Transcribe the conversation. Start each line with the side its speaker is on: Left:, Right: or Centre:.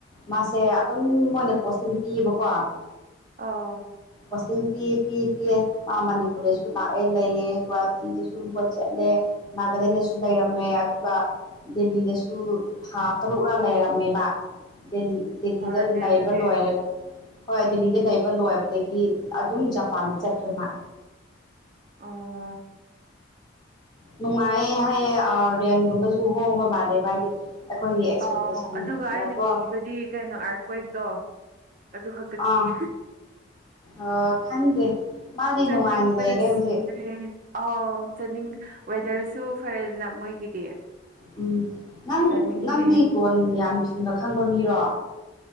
Left: ꯃꯥꯁꯦ ꯑꯗꯨꯝ ꯃꯣꯏꯅ ꯄꯣꯁꯇꯤꯡ ꯄꯤꯌꯦꯕꯀꯣ
Right: ꯑꯥꯎ
Left: ꯄꯣꯁꯇꯤꯡ ꯄꯤ ꯄꯤ ꯄꯤꯌꯦ ꯃꯥ ꯃꯅꯤꯄꯨꯔꯗꯁꯨ ꯂꯥꯛꯑꯦ ꯂꯩꯌꯦ ꯒꯨꯍꯥꯇꯤꯗꯁꯨ ꯂꯨꯝꯕ ꯆꯠꯂꯦ ꯅꯥꯒꯥꯂꯦꯟꯗꯁꯨ ꯂꯩꯔꯝꯃꯦ ꯑꯗꯨꯒ ꯗꯦꯜꯂꯤꯗꯁꯨ ꯊꯥ ꯇꯔꯨꯛꯔ ꯂꯩꯔꯝꯃꯦꯕ ꯗꯦꯂꯤ ꯗꯦꯜꯂꯤꯗ
Right: ꯐꯔꯅꯦ
Left: ꯂꯩꯕ
Right: ꯑꯗꯨꯗꯤ
Left: ꯂꯣꯏꯔ ꯍꯣꯏ ꯗꯦꯜꯂꯤꯗ ꯂꯩꯕ ꯂꯣꯏꯕꯗꯒꯤ ꯑꯗꯨꯝ ꯖꯄꯥꯟꯗ ꯆꯠꯈ꯭ꯔꯦ ꯃꯥ
Right: ꯑꯣ
Left: ꯅꯨꯡꯉꯥꯏꯌꯦ ꯍꯥꯏꯌꯦ ꯔꯦꯟꯒꯨꯝꯕꯁꯨ ꯍꯣꯡꯕ ꯃꯥꯜꯂꯦꯕ ꯍꯥꯏꯗꯤ ꯑꯩꯈꯣꯏꯒꯤ ꯑꯦꯛꯁꯄꯦꯛꯇꯦꯁꯟꯗꯀꯣ
Right: ꯑꯣ ꯑꯗꯨꯒ ꯑꯩꯅ ꯀꯤꯕꯗꯤ ꯀꯩꯅꯣ ꯑꯥꯔꯀ꯭ꯋꯛꯇꯣ ꯑꯗꯨ ꯈꯛꯇ ꯀꯤꯌꯦ
Left: ꯑꯥ ꯑꯥ ꯈꯪꯗꯦ ꯃꯥꯗꯤ
Right: ꯆꯠꯅꯤꯡꯕꯅ
Left: ꯅꯨꯡꯉꯥꯏꯅ ꯂꯩꯔꯦ ꯍꯧꯖꯤꯛ
Right: ꯁꯤꯔꯦ ꯑꯥ ꯆꯠꯅꯤꯡ ꯋꯦꯗꯔꯁꯨ ꯐꯔꯦꯗꯅ ꯃꯣꯏꯒꯤꯗꯤ
Left: ꯎꯝ ꯅꯪ
Right: ꯆꯠꯅꯤꯡꯉꯦ
Left: ꯅꯪꯗꯤ ꯂꯣꯟ ꯌꯥꯝ ꯊꯨꯅ ꯈꯪꯕ ꯃꯤꯔꯣ